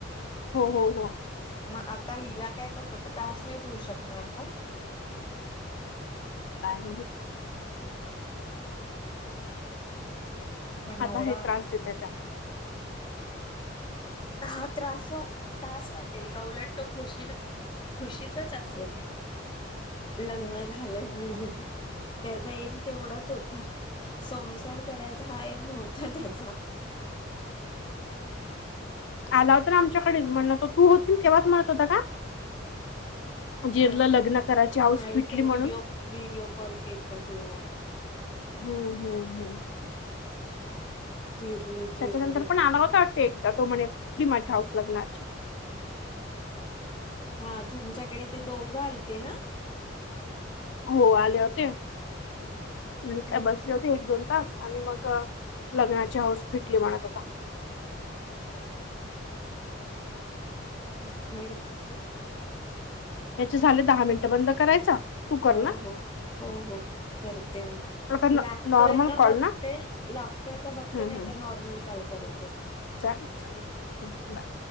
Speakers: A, on the left; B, on the left.
A: हो हो हो
B: मग आता हिला काय तो <unintelligible> त्रास नाही देवू शकणार का?
A: काय माहित
B: पण एवढा
A: आता हे त्रास देते त्या
B: हा त्रास वाट त्रास वाटेल का उलट तो खुशी खुशीतच असेल लग्न झालंय म्हणून त्याचा एम तेवढाच होता संसार करायचा हा एम नव्हता त्याचा
A: आला होता आमच्याकडे म्हण तो तू होतील तेव्हाच म्हणत होता का? जिरलं
B: काय
A: लग्न करायची हाऊस
B: नाही
A: फिटली
B: ते
A: म्हणून.
B: व्हिडिओ व्हिडिओ कॉल केलता तेव्हा
A: हम्म हम्म हम्म
B: चिरली चिरली
A: त्याच्यानंतर पण आला होता वाटत एकदा तो म्हणे फिटली माझी हाऊस लग्नाची
B: हा तुमच्याकडे ते दोघं आलते ना
A: हो आले होते मी
B: तू
A: काय बस ळे होते एक दोन तास आणि मग लग्नाची हौस फिटली म्हणत होता
B: अवघड हे
A: याचे झाले दहा मिनिटं बंद करायचा तू कर
B: हो
A: ना
B: हो हो हो करते मी
A: आता
B: लागतोय
A: नॉर्मल
B: का
A: कॉल
B: बघते
A: ना
B: लागतोय का बघते
A: हम्म
B: नाही
A: हम्म
B: तर नॉर्मल कॉल करतो
A: चालेल चालेल हो बाय